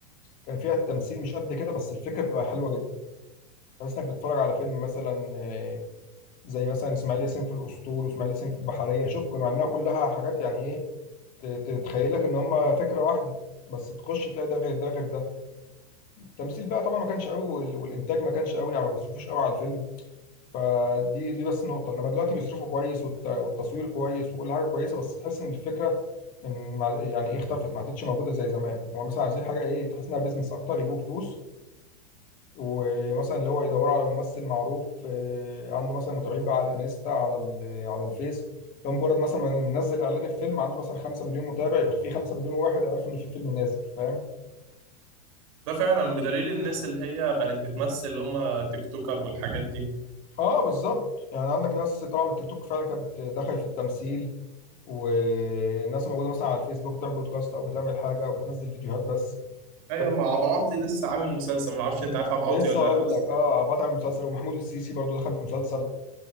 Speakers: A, on the left (about 45°); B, on the right (about 65°).
A: كان فيها التمثيل مش قد كده بس الفكره بتبقى حلوه جدا تحس انك بتتفرج على فيلم مثلا آه، زي مثلا اسماعيل ياسين في الاسطول واسماعيل ياسين في البحريه شوف مع انها كلها حاجات يعني ايه ت- ت- تتخيل لك ان هم فكره واحده بس تخش تلاقي ده غير ده غير ده التمثيل بقى طبعا ما كانش قوي وال- والانتاج ما كانش قوي يعني ما بيصرفوش قوي على الفيلم فدي دي بس النقطه انما دلوقتي بيصرفوا كويس والت- والتصوير كويس وكل حاجه كويسه بس تحس ان الفكره ان مع- يعني ايه اختفت ما عادتش موجوده زي زمان هو مثلا عايزين حاجه ايه تحس انها بيزنس اكتر يجيبوا فلوس ومثلا اللي هو يدوروا على ممثل معروف آه، عنده مثلا متابعين بقى على الانستا على ال- على الفيس لو مجرد مثلا ما نزل اعلان الفيلم عنده مثلا 5 مليون متابع يبقى في 5 مليون واحد عرفوا ان في فيلم نازل فاهم
B: ده فعلا بدليل الناس اللي هي بقت بتمثل اللي هم تيك توكر والحاجات دي
A: اه بالظبط يعني عندك ناس طبعا من التيك توك فعلا كانت بت- دخلت في التمثيل والناس موجوده مثلا على الفيسبوك بتعمل بودكاست او بتعمل حاجه او بتنزل فيديوهات بس
B: أيوة
A: طب
B: مع عبد عوضي لسه عامل مسلسل معرفش أنت عارف
A: كنت
B: عبد عوضي
A: لسه
B: ولا
A: هقول
B: لأ بس
A: لك اه عباطة عمل مسلسل ومحمود السيسي برضو دخل في مسلسل